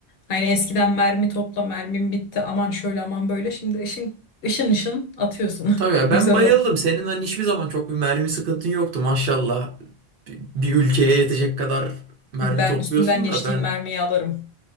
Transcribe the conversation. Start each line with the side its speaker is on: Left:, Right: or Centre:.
Left: Hani eskiden mermi topla mermim bitti aman şöyle aman böyle. Şimdi ışın ışın ışın atıyorsun.
Right: Tabii ya
Left: <laughs> Güzel
Right: ben bayıldım.
Left: oldu.
Right: Senin hani hiçbir zaman çok bir mermi sıkıntın yoktu maşallah. Bir bir ülkeye yetecek kadar mermi
Left: Ben
Right: topluyorsun
Left: üstünden geçtiğim
Right: da ben
Left: mermiyi alırım.